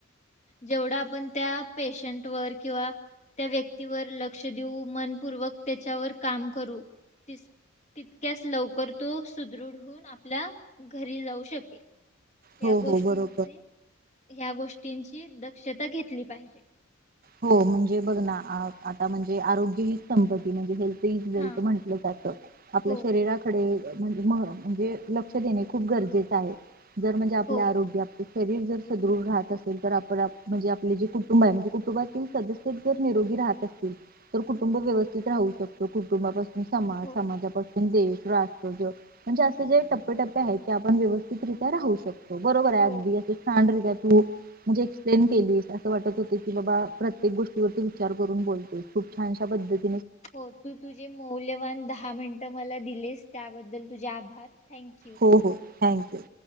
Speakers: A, on the left; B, on the right.
A: जेवढा आपण त्या पेशंट वर किंवा त्या व्यक्तीवर लक्ष देऊ मनपूर्वक त्याच्यावर काम करू. तितक्याच लवकर तो सुदृढ होऊन आपल्या घरी जाऊ शकेल. या
B: हो
A: गोष्टींची
B: हो बरोबर
A: ह गोष्टींची दक्षता घेतली पाहिजे.
B: हो म्हणजे बघ ना आता म्हणजे आरोग्य हीच संपत्ती म्हणजे हेल्थ तेच हेल्थ
A: हा
B: म्हंटलं जात. आपल्या
A: हो
B: शरीराकडे म्हणजे मग लक्ष देणे खूप गरजेचं आहे. जर म्हणजे आपल्या
A: हो
B: आरोग्या शरीर जर सदृढ राहत असेल तर आपण म्हणजे आपले जे कुटुंब आहे म्हणजे कुटुंबात तेच सदस्य जर निरोगी राहत असतील तर कुटुंब व्यवस्थित राहू शकतो कुटुंबापासून. समाज
A: हो
B: समाजापासून देश राष्ट्र म्हणजे असे जे टप्पे टप्पे आहेत ते आपण व्यवस्थितरित्या राहायचं. बरोबर आहे
A: हो.
B: अगदी अस छान रित्या तू म्हणजे एक्सप्लेन केलीस असं वाटत होत की बाबा प्रत्येक गोष्टीवरती विचार करून बोलतोय खूप छानशा पद्धती
A: हो तू तुझे मौल्यवान दहा मिनटं मला दिलेस त्याबद्दल तुझे आभार थँक्यू.
B: हो हो थँक्यू.